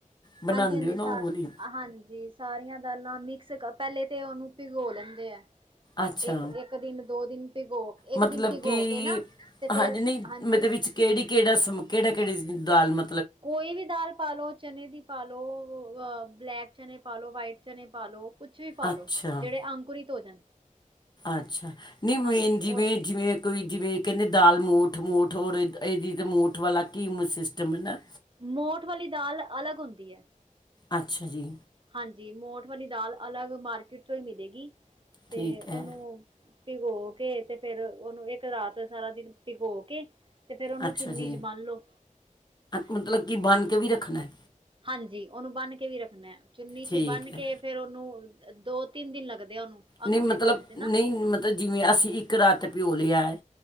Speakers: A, on the left; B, on the right.
A: ਬਣਾਉਂਦੇ
B: ਹਾਂਜੀ ਹਾਂਜੀ
A: ਹੋ ਨਾ
B: ਸ
A: ਉਹ ਵਾਲੀ
B: ਹਾਂਜੀ ਸਾਰੀਆਂ ਦਾਲਾਂ ਮਿਕਸ ਪਹਿਲੇ ਤੇ ਉਹਨੂੰ ਭਿਗੋ ਲੈਂਦੇ ਆ
A: ਅੱਛਾ
B: ਇੱਕ ਇੱਕ ਦਿਨ ਦੋ ਦਿਨ ਭਿਗੋ ਇੱਕ
A: ਮਤਲਬ
B: ਦਿਨ ਪਿਗੋ
A: ਕਿ
B: ਕੇ ਨਾ ਤੇ ਫੇਰ
A: ਹਾਂਜੀ ਨਹੀਂ
B: ਹਾਂਜੀ
A: ਮਤਲਬ ਵਿੱਚ ਕਿਹੜੀ ਕਿਹੜਾ ਸਮ ਕਿਹੜਾ ਕਿਹੜੀ ਦਾਲ ਮ
B: ਕੋਈ ਵੀ ਦਾਲ ਪਾ ਲੋ ਚਨੇ ਦੀ ਪਾਾਲ ਲੋ ਬਲੈਕ ਚਨ ਪਾਾਲੋ ਵਾਈਟ ਚਨ ਪਾ ਲ ਲੋ ਕੁਛ ਵੀ ਪਾਾਲੋ
A: ਅੱਛਾ
B: ਜਿਹੜੇ ਅੰਕੁਰਿਤ ਹੋ ਜਾਣ
A: ਅੱਛਾ ਨਹੀਂ ਮੇਨ
B: ਹਾਂਜੀ
A: ਜਿਵੇਂ
B: ਉਹ
A: ਜਿਵੇਂ ਕੋਈ ਜਿਵੇਂ ਕਹਿੰਦੇ ਦਾਲ ਮੋਠ ਮੋਠ ਹੋਔਰ ਇਹਦੀ ਤਾਂ ਮੋਠ ਵਾਲਾ ਘੀਮ ਸਿਸਟਮ ਹੈ ਨਾ
B: ਮੋਠ ਵਾਲੀ ਦਾਲ ਅਲੱਗ ਹੁੰਦੀ ਹੈ
A: ਅੱਛਾ ਜੀ
B: ਹਾਂਜੀ ਮੋਠ ਵਾਲੀ ਦਾਲ ਅਲੱਗ ਮਾਰਕੀਟ ਚੋਂ ਹੀ ਮਿਲੇਗੀ ਤੇ
A: ਠੀਕ
B: ਉਹਓਨੂੰ
A: ਹੈ
B: ਭਿਗੋ ਕੇ ਤੇ ਫੇਰ ਉਹਨੂੰ ਇੱਕ ਰਾਤ ਸਾਰਾ ਦਿਨ ਭਿਗੋ ਕੇ ਫਿਰ ਉਹਨੂੰ
A: ਅੱਛਾ
B: ਚੁੰਨੀ
A: ਜੀ
B: 'ਚ ਬੰਨ੍ਹ ਲਓ
A: ਮਤਲਬ ਕਿ ਬਨ੍ਹ ਕੇ ਵੀ ਰੱਖਣਾ ਹੈ
B: ਹਾਂਜੀ ਉਹਨੂੰ ਬੰਨ ਕੇ ਵੀ ਰੱਖਣਾ ਚੁੰਨੀ ਚ
A: ਠੀਕ
B: ਬੰਨ
A: ਹੈ
B: ਕੇ ਫੇਰ ਉਹਨੂੰ ਦੋ ਤਿੰਨ ਦਿਨ ਲੱਗਦੇ ਆ ਉਹਨੂੰ ਅੰਕੁਰਿਤ
A: ਨ ਮਤਲਬ
B: ਹੋਣ 'ਚ ਨਾ
A: ਨਹੀਂ ਮਤਲਬ ਜਿਵੇਂ ਅਸੀਂ ਇੱਕ ਰਾਤ ਪਿਓ ਲਿਆ ਹੈ